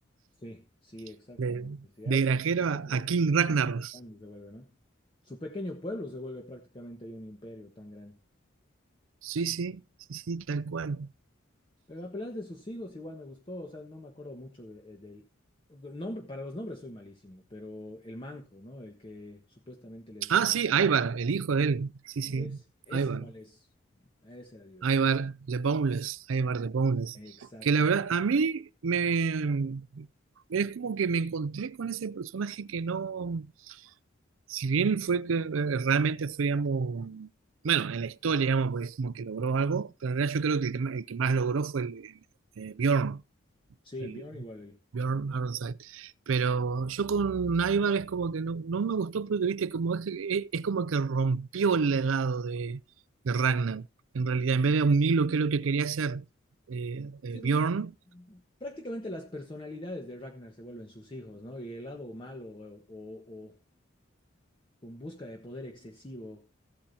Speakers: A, on the left (about 25°); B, on the right (about 85°).
A: Sí, sí,
B: <laughs>
A: exactamente,
B: de,
A: sí, a
B: de
A: ese,
B: granjero
A: este es
B: a,
A: otro,
B: a King
A: este es
B: Ragnar.
A: un grande se vuelve, ¿no? Su pequeño pueblo se vuelve prácticamente ahí un imperio tan grande.
B: Sí, sí, sí, sí, tal cual.
A: Pero la pelea de sus hijos igual me gustó, o sea, no me acuerdo mucho de- eh, del nombre, para los nombres soy malísimo, pero el manco, ¿no? El que supuestamente le decían...
B: Ah, sí, Ivar, el hijo de él. Sí,
A: Es,
B: sí,
A: es
B: Ivar.
A: igual, es. Ese era divertido.
B: Ivar the Boundless, Ivar the Boundless,
A: Exacta.
B: que la verdad a mí me es como que me encontré con ese personaje que no, si bien fue que eh, realmente fue, digamos, bueno, en la historia, digamos, pues como que logró algo, pero en realidad yo creo que el que más, el que más logró fue el, el, eh, Bjorn
A: Sí,
B: el
A: Bjorn igual él.
B: Bjorn Ironside. Pero yo con Ivar es como que no, no me gustó porque, viste, como es, que- es, como que rompió el legado de, de Ragnar. En realidad, en vez de unirlo, que es lo que quería hacer eh, eh,
A: Sí, porque
B: Bjorn,
A: prácticamente las personalidades de Ragnar se vuelven sus hijos, ¿no? Y el lado malo o, o- o con busca de poder excesivo,